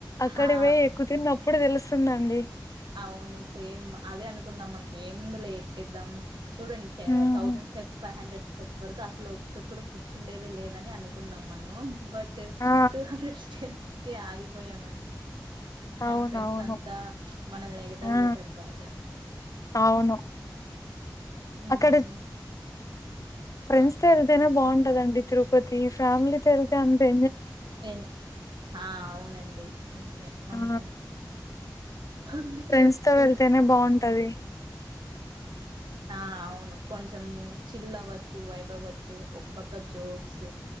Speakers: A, on the left; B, on the right.
A: అక్కడ
B: హా
A: పోయి ఎక్కుతున్నప్పుడే తెలుస్తుందండి.
B: అవును సేమ్ అదే అనుకున్నాం. ఏముంది లే ఎక్కేద్దాం. చూడండి
A: ఉమ్.
B: Thousand steps five hundred steps వరకు అసలు ఒక చోటు కూడా కూర్చుండేదే లేదని అనుకున్నాం. మనము బట్
A: ఆ
B: టూ హండ్రెడ్ స్టేస్ కే ఆగిపోయామండి.
A: అవునవును
B: మన ఫ్రెండ్స్ అంతా మనల్ని ఏగతాలీ
A: ఆ
B: చేశారు బాగా
A: అవును
B: మ్మ్
A: అక్కడ ఫ్రెండ్స్ తో వెళ్తేనే బాగుంటదండి. తిరుపతి ఫ్యామిలీతో వెళ్తే అంతే
B: ఎన్ అవునండి. నిజమే మనం
A: ఆ
B: అందుకే
A: ఫ్రెండ్స్ తో
B: ఇం
A: వెళ్తేనే బాగుంటది.
B: ఆవున్ కొంచం చిల్ అవ్వచ్చు వైబ్ అవ్వచ్చు. ఒక పక్క జోక్స్